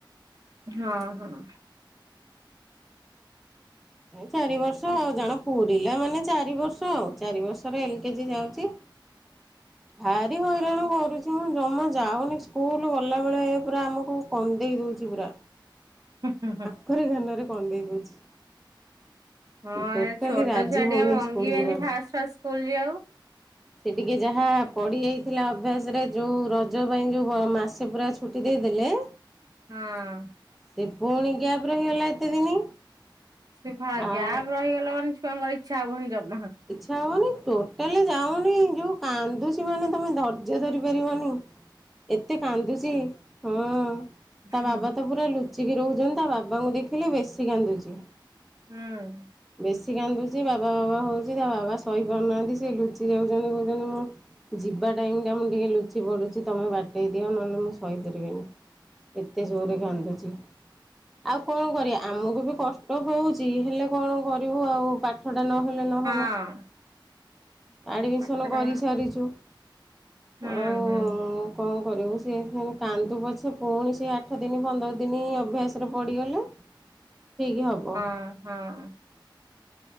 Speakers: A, on the right; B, in the centre.
A: ହଁ-ହଁ।
B: ଚାରି ବର୍ଷ ଆଉ ଜାଣ ପୁରିଲା ମାନେ ଚାରି ବର୍ଷ ଆଉ। ଚାରି ବର୍ଷର ଏଲ୍ କେ ଜି ଯାଉଚି।
A: <inaudible>
B: ଭାରି ହଇରାଣ କରୁଚି। ହୁଁ ଜମା ଯାଉନି ସ୍କୁଲ, ଗଲାବେଳେ ପୁରା ଆମକୁ କନ୍ଦେଇ ଦଉଛି ପୁରା।
A: <unintelligible>
B: <unintelligible> କନ୍ଦେଇ ଦଉଛି।
A: ହଁ
B: ଟୋଟାଲି
A: ଏ ଛୋଟ
B: ରାଜି
A: ଛୁଆ ଟିକେ
B: ହଉନି
A: ମଙ୍ଗିବେନି
B: ସ୍କୁଲ ଯିବାକୁ
A: ଫାଷ୍ଟ ଫାଷ୍ଟ ସ୍କୁଲ୍‌ ଯିବାକୁ।
B: ସେ ଟିକିଏ ଯାହା ପଡ଼ିି ଯାଇଥିଲା ଅଭ୍ୟାସରେ, ଯୋଉଁ ରଜ ପାଇଁ ଯୋଉଁ ମାସେ ପୁରା ଛୁଟି ଦେଇଦେଲେ
A: ହଁ।
B: ସେ ପୁଣି ଗ୍ୟାପ୍ ରହିଗଲା ଏତେ ଦିନି।
A: ସେ ପା
B: ଆଉ
A: ଗ୍ୟାପ୍ ରହିଗଲା ମାନେ ଛୁଆଙ୍କର ଇଚ୍ଛା ହବନି ଜମା।
B: ଇଛା ହବନି। ଟୋଟାଲି ଯାଉନି ଯୋଉ କାନ୍ଦୁଛି ମାନେ ତମେ ଧୈର୍ଯ୍ୟ ଧରି ପାରିବନି। ଏତେ କାନ୍ଦୁଛି। ହଁ ତା
A: ହୁଁ
B: ବାବା ତ ପୁ ପୁରା ଲୁଚିକି ରହୁଛନ୍ତି। ତା ବାବାଙ୍କୁ ଦେଖିଲେ ବେଶୀ କାନ୍ଦୁଚି।
A: ହୁଁ।
B: ବେଶୀ କାନ୍ଦୁଛି, ବାବା ବାବା ହଉଛି, ତା ବାବା ସହି ପାରୁନାହାନ୍ତି ସେ ଲୁଚି ଯାଉଛନ୍ତି। କହୁଛନ୍ତି ମୁଁ ଯିବା ଟାଇମ୍ ଟା ମୁଁ ଟିକେ ଲୁଚି ପଡ଼ୁଛି, ତମେ ବାଟେଇ ଦିଅ ନହେଲେ ମୁଁ ସହି ପାରିବିନି। ଏତେ ଜୋରେ କାନ୍ଦୁଛି। ଆଉ କଣ କରିବା? ଆମକୁ ବି କଷ୍ଟ ହଉଛି। ହେଲେ କଣ କରିବୁ ଆଉ? ପା ଠଟା ନହେଲେ ନହବ।
A: ହଁ।
B: ଆଡ଼ମିସନ୍
A: ପାଠଟା
B: କରିସାରିଛୁ,
A: ହୁଁ
B: ଆଉ
A: ହୁଁ
B: କଣ କରିବୁ? ସେ ସେମିତି କାନ୍ଦୁ ପଛେ ପୁଣି ସେ ଆଠ ଦିନ, ପନ୍ଦର ଦିନ ଅଭ୍ୟାସ ରେ ପଡ଼ିଗଲେ ଠିକ୍ ହବ।
A: ହଁ ହଁ।